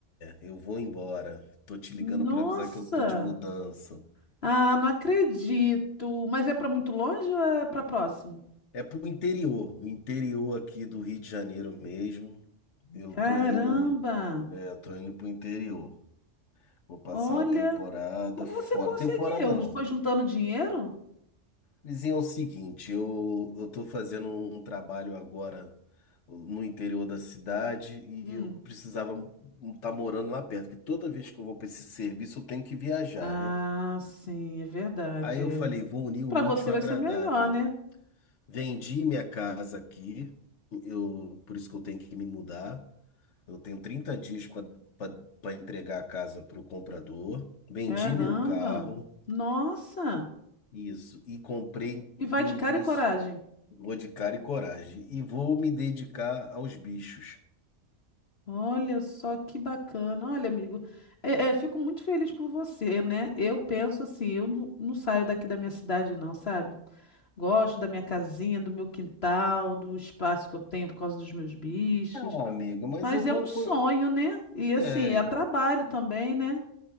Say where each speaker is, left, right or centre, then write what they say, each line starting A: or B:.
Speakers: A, on the left; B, on the left.
A: Eu vou embora. Tô te ligando
B: Nossa!
A: pra avisar que eu tô de mudança.
B: Ah, não acredito. Mas é para muito longe ou é para próximo?
A: É pro interior, o interior aqui do Rio de Janeiro mesmo. Eu
B: Caramba!
A: tô indo, é, eu tô indo pro interior. Vou passar
B: Olha,
A: uma temporada
B: como
A: fora.
B: você conseguiu?
A: Temporada não.
B: Foi juntando dinheiro?
A: Vizinho, é o seguinte, eu, eu tô fazendo um trabalho agora no interior da cidade e
B: Hum.
A: eu precisava estar morando lá perto, que toda vez que eu vou para esse serviço eu tenho que viajar,
B: Ah,
A: né?
B: sim, é verdade.
A: Aí eu
B: É.
A: falei, vou unir o
B: Para você
A: útil ao
B: vai
A: agradável.
B: ser melhor, né?
A: Vendi minha casa aqui, eu, por isso que eu tenho que me mudar. Eu tenho 30 dias para entregar a casa para o comprador. Vendi
B: Caramba!
A: meu carro,
B: Nossa!
A: isso, e comprei
B: E vai
A: por
B: de
A: um
B: cara
A: preço,
B: e coragem.
A: vou de cara e coragem. E vou me dedicar aos bichos.
B: Olha só que bacana. Olha, amigo, é, é, fico muito feliz por você, né? Eu penso assim, eu não, não saio daqui da minha cidade, não, sabe? Gosto da minha casinha, do meu quintal, do espaço que eu tenho por causa dos meus bichos.
A: Ah, amigo, mas
B: Mas
A: eu vou.
B: é um sonho,
A: co-
B: né? E
A: É,
B: assim, é trabalho também, né?